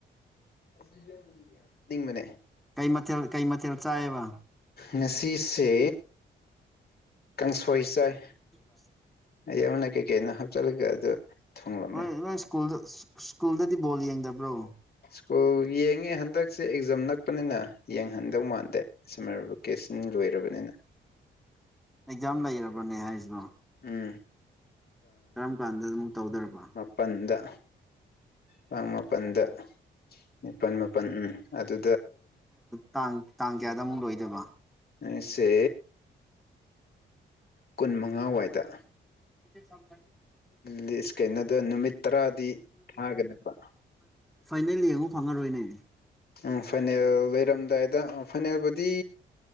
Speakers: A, on the left (about 50°); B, in the centre.
A: ꯑꫯꯡꯕꯅꯦ
B: ꯀꯩ ꯃꯊꯦꯜ ꯀꯩ ꯃꯊꯦꯜ ꯆꯥꯏꯌꯦꯕ
A: ꯉꯁꯤꯁꯦ ꯀꯥꯡꯁꯣꯏ ꯆꯥꯏ
B: ꯁꯤꯁ
A: ꯌꯧꯅꯥ ꯀꯦ ꯀꯦꯩꯅ ꯍꯥꯞꯇꯜꯒ ꯑꯗꯨ ꯊꯣꯡꯂꯝꯃꯦ
B: ꯍꯣꯏ ꯅꯣꯏ ꯁ꯭ꯀꯨꯜꯗ ꯁ꯭ꯀꯨꯜꯗꯗꯤ ꯕꯣꯜ ꯌꯦꯡꯗꯕ꯭ꯔꯣ
A: ꯁꯀꯣꯜ ꯌꯦꯡꯉꯦ ꯍꯟꯗꯛꯁꯦ ꯑꯦꯛꯖꯥꯝ ꯅꯛꯄꯅꯤꯅ ꯌꯦꯡꯍꯟꯗꯧ ꯃꯥꯟꯗꯦ ꯁꯝꯃꯔ ꯚꯦꯀꯦꯁꯟ ꯂꯣꯏꯔꯕꯅꯤꯅ
B: ꯑꯦꯛꯖꯥꯝ ꯂꯩꯔꯕꯅꯦ ꯍꯥꯏꯁꯤꯕ
A: ꯎꯝ
B: ꯀꯔꯝ ꯀꯥꯟꯗ ꯇꯧꯗꯣꯔꯕ
A: ꯃꯥꯄꯟꯗ ꯄꯥꯥꯡ ꯃꯥꯄꯜꯗ ꯅꯤꯄꯥꯜ ꯃꯥꯄꯜ ꯎꯝ ꯑꯗꯨ
B: ꯇꯥꯡ ꯇꯥꯡ ꯀꯌꯥꯗ ꯑꯃꯨꯛ ꯂꯣꯏꯗꯕ
A: ꯑꯁꯦ ꯀꯨꯟ ꯃꯉꯥꯋꯥꯏꯗ
B: ꯆꯝꯖ
A: ꯂꯤꯁ ꯀꯩꯅꯣꯗ ꯅꯨꯃꯤꯠ ꯇꯔꯥꯗꯤ ꯊꯥꯒꯅꯦꯕ
B: ꯐꯥꯏꯅꯦꯜꯂꯤ ꯌꯦꯡꯉꯨꯛ ꯐꯪꯉꯔꯣꯏꯅꯦ
A: ꯎꯝ ꯐꯅꯜ ꯂꯩꯔꯝꯗꯥꯏꯗ ꯐꯅꯦꯜꯕꯨꯗꯤ